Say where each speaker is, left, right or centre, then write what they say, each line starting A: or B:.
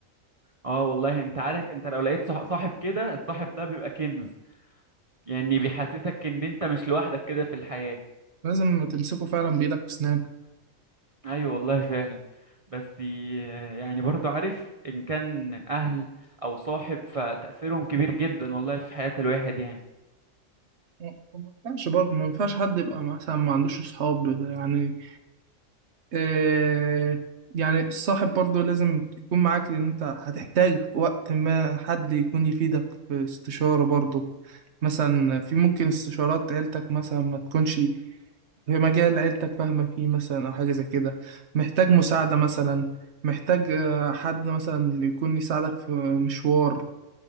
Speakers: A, on the right; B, on the right.
A: اه والله انت عارف انت لو لقيت صح- صاحب كده الصاحب ده بيبقى كنز يعني بيحسسك ان انت مش لوحدك كده في الحياة
B: لازم تمسكه فعلا بايدك واسنانك
A: ايوه والله فعلا بس ي- يعني برضو عارف ان كان اهل او صاحب فتأثيرهم كبير جدا والله في حياة الواحد يعني
B: ما ما ينفعش برضه ما ينفعش حد يبقى مثلا ما عندوش اصحاب يعني آه يعني الصاحب برضه لازم يكون معاك لان انت هتحتاج في وقت ما حد يكون يفيدك في استشاره برضه مثلا في ممكن استشارات عيلتك مثلا ما تكونش في مجال عيلتك فاهمة فيه مثلا أو حاجة زي كده محتاج مساعدة مثلا محتاج آه، حد مثلا يكون يساعدك في مشوار